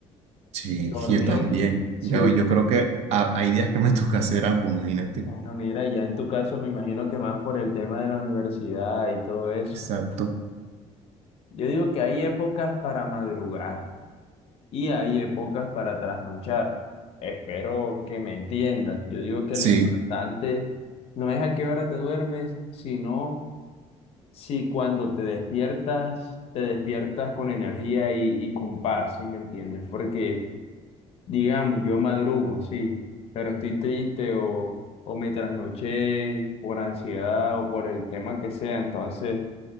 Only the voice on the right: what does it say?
Sí,
yo también.
Yo, yo creo que ha- hay días que me <laughs> toca hacer ambos, imagínate.
Exacto.
Sí,